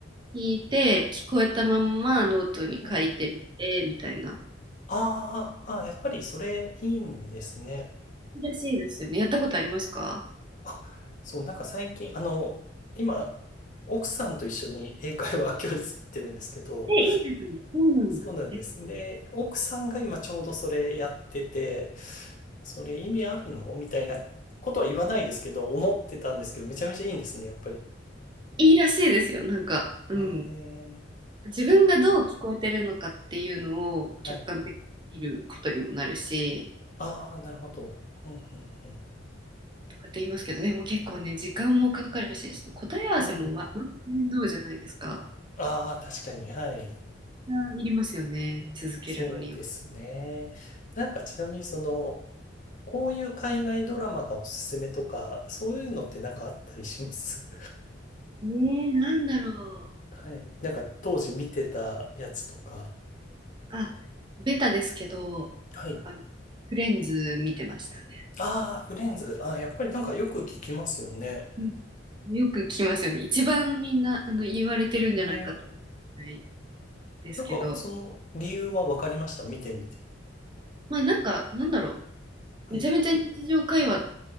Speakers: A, on the right; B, on the left.
A: 聞いて聞こえたまんまノートに書いてみてみたいな
B: ええあーあー、やっぱりそれいいんですね。
A: いいらしいですよねやったことありますか
B: あ、そう、なんか最近、あの、今、奥さんと一緒に英会話教室行ってるんですけど、
A: えいいですねそうなんだえ
B: そうなんです。で、奥さんが今ちょうどそれやってて、それ意味あるのみたいなことは言わないですけど、思ってたんですけど、めちゃめちゃいいんですね、やっぱり。
A: いいらしいですよなんかうん
B: え
A: 自分がどう聞こえてるのかっていうのを客観的に見ることにもなるし
B: ーはい。ああ、なるほど。うん、うん、
A: とかって言いますけどでも結構ね時間もかかるしその答え合わせもわ面倒じゃないですか
B: うん。ええ。ああ、確かに、はい。
A: あいりますよね続けるのには。
B: そうですね。なんかちなみにその、こういう海外ドラマがおすすめとか、そういうのってなんかあったりします
A: ねえなんだろう
B: <laughs> はい。なんか当時見てたやつとか。
A: あベタですけど
B: はい。
A: あのフレンズ見てましたね。
B: ああ、フレンズ。ああ、やっぱりなんかよく聞きますよね。
A: うんよく聞きますよね一番みんなあの言われてるんじゃないかと思うん
B: ね。
A: ですけど
B: なんかその理由はわかりました。見てみて。
A: まあなんかなんだろ
B: はい。
A: うめちゃめちゃ日常会話